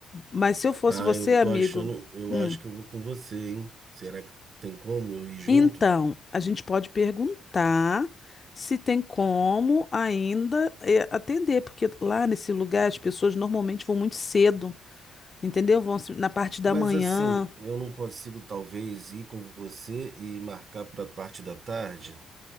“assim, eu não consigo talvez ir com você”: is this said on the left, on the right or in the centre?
Right